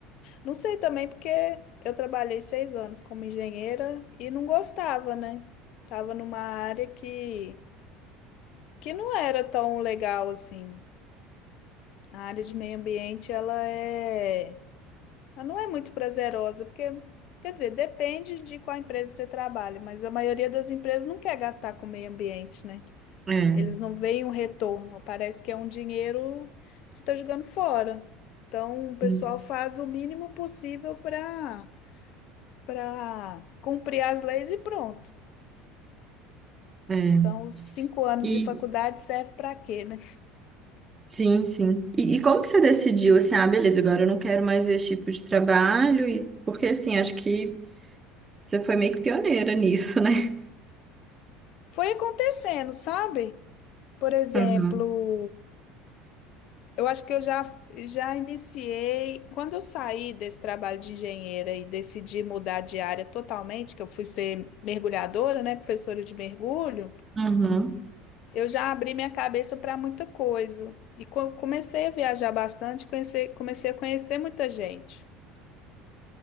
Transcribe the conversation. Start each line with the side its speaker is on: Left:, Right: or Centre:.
Left: Não sei também porque eu trabalhei seis anos como engenheira e não gostava, né? Tava numa área que que não era tão legal assim. A área de meio ambiente, ela é, ela não é muito prazerosa, porque, quer dizer, depende de qual empresa você trabalha, mas a maioria das empresas não quer gastar com o meio ambiente, né?
Right: É,
Left: Eles não veem um retorno, parece que é um dinheiro que você está jogando fora. Então, o pessoal
Right: hum,
Left: faz o mínimo possível para para cumprir as leis e pronto.
Right: é.
Left: Então, os cinco anos
Right: E
Left: de faculdade serve para quê, né?
Right: sim, sim. E, e como que você decidiu assim, ah, beleza, agora eu não quero mais esse tipo de trabalho? E, porque assim, acho que você foi meio que pioneira nisso, né?
Left: Foi acontecendo, sabe? Por exemplo,
Right: Uhum.
Left: eu acho que eu já, já iniciei. Quando eu saí desse trabalho de engenheira e decidi mudar de área totalmente, que eu fui ser mergulhadora, né, professora de mergulho,
Right: Uhum.
Left: eu já abri minha cabeça para muita coisa. E co- comecei a viajar bastante, conhecer, comecei a conhecer muita gente.